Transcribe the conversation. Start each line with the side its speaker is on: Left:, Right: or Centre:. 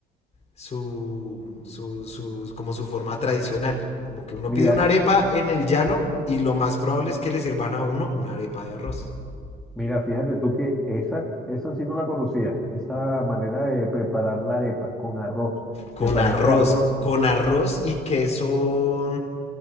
Left: su, su, su, como su forma tradicional. Como que uno
Centre: Mira,
Left: pide una arepa en el llano y lo más probable es que le sirvan a uno una arepa de arroz.
Centre: Mira, fíjate tú que esa, esa sí no la conocía, esa manera de preparar la arepa con arroz.
Left: Con
Centre: Me parece
Left: arroz,
Centre: algo...
Left: con arroz y queso,